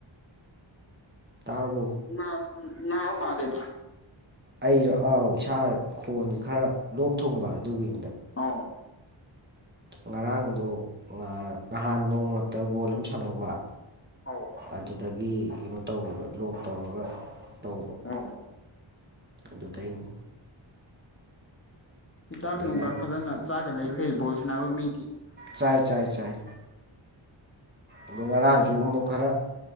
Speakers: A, on the right; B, on the left.
A: ꯇꯥꯔꯕꯣ
B: ꯅꯪ ꯅꯥꯕ ꯃꯥꯟꯂꯤꯗ
A: ꯑꯩ ꯑꯥꯎ ꯏꯁꯥ ꯈꯣꯟꯒꯤ ꯈꯔ ꯂꯣꯛ ꯊꯨꯡꯕ ꯑꯗꯨꯒꯤ
B: ꯑꯣ
A: ꯉꯔꯥꯡꯗꯣ ꯅꯍꯥꯟ ꯅꯣꯡꯃꯔꯛꯇ ꯕꯣꯜ ꯑꯃ ꯁꯥꯟꯅꯧꯕ
B: ꯑꯣ
A: ꯑꯗꯨꯗꯒꯤ ꯀꯩꯅꯣ ꯇꯧ ꯂꯣꯛ ꯇꯧꯔꯒ ꯇꯧꯕ
B: ꯑ
A: ꯑꯗꯨꯗꯩꯅꯤ
B: ꯍꯤꯗꯥꯛ
A: ꯑꯗꯩ
B: ꯅꯨꯡꯊꯥꯛ
A: ꯉꯥ
B: ꯐꯖꯅ ꯆꯥꯔꯒ ꯂꯩꯔꯨꯍꯦ ꯕꯣꯜ ꯁꯥꯟꯅꯕ ꯃꯤ
A: ꯆꯥꯏ ꯆꯥꯏ ꯆꯥꯏ ꯑꯗꯣ ꯉꯔꯥꯡꯁꯨ ꯑꯃꯨꯛ ꯈꯔ